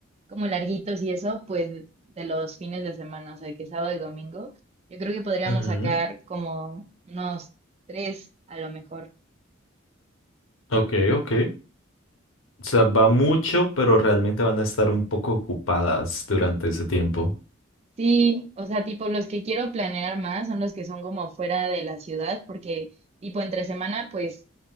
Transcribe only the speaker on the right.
como larguitos y eso, pues de los fines de semana, o sea, que sábado y domingo, yo creo que podríamos
sacar como unos tres a lo mejor.
Sí, o sea, tipo, los que quiero planear más son los que son como fuera de la ciudad, porque tipo entre semana, pues,